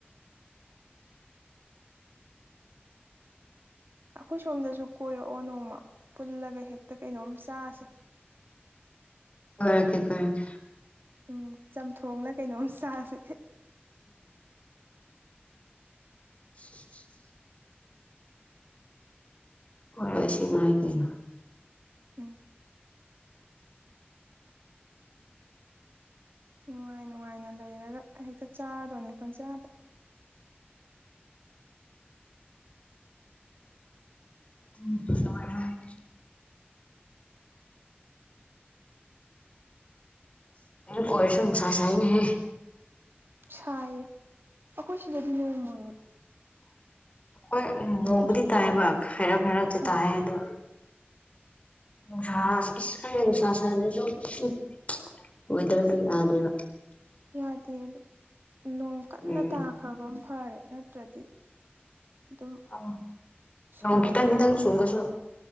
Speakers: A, on the right; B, on the left.
A: ꯑꯩꯈꯣꯏ ꯁꯣꯝꯗꯁꯨ ꯀꯣꯏꯔꯛꯑꯣ ꯅꯣꯡꯃ ꯄꯨꯜꯂꯒ ꯍꯦꯛꯇ ꯀꯩꯅꯣꯝ ꯆꯥꯁꯦ
B: ꯍꯣꯏꯀꯦ ꯀꯔꯀꯦ
A: ꯎꯝ ꯆꯝꯊꯣꯡꯅ ꯀꯩꯅꯣꯝ ꯆꯥꯁꯦ
B: <inaudible> ꯑꯣꯁꯤꯃ ꯀꯩꯅ
A: ꯎꯝ ꯅꯨꯡꯉꯥꯏ ꯅꯨꯡꯉꯥꯏꯅ ꯂꯩꯔꯒ ꯍꯦꯛꯇ ꯆꯥꯔꯗꯣꯏꯅꯦ ꯄꯪꯆꯥꯌꯥꯗ
B: ꯑꯗꯨ ꯀꯁꯨ ꯅꯨꯡꯁꯥ ꯆ ꯍꯦ
A: ꯁꯥꯏ ꯑꯩꯈꯣꯏ ꯁꯤꯗꯗꯤ ꯅꯣꯡ ꯃꯪꯉꯤ
B: ꯍꯣꯏ ꯎꯝ ꯅꯣꯡꯃꯗꯤ
A: ꯅꯨꯡꯁꯥ
B: ꯇꯥꯏꯕ ꯍꯥꯏꯔꯞ ꯍꯥꯏꯔꯞꯁꯨꯦ
A: ꯑꯥ
B: ꯇꯥꯏ ꯑꯗꯣ ꯎ ꯍꯁ ꯁꯥꯗ ꯑꯣꯏꯣꯏꯗꯔꯗ ꯌꯥꯗꯕ
A: ꯌꯥꯗꯦ ꯑꯗꯨꯝ ꯅꯣꯡ ꯀꯟꯅ
B: ꯎꯝ
A: ꯇꯥꯈ꯭ꯔꯕ ꯐꯔꯦ ꯅꯠꯇ꯭ꯔꯗꯤ ꯑꯗꯨꯝ
B: ꯑ ꯅ
A: ꯁꯥꯏꯌꯦ
B: ꯈꯤꯇꯪ ꯈꯤꯇꯪ
A: ꯅꯣꯡ
B: ꯁꯨꯡꯒꯁꯨ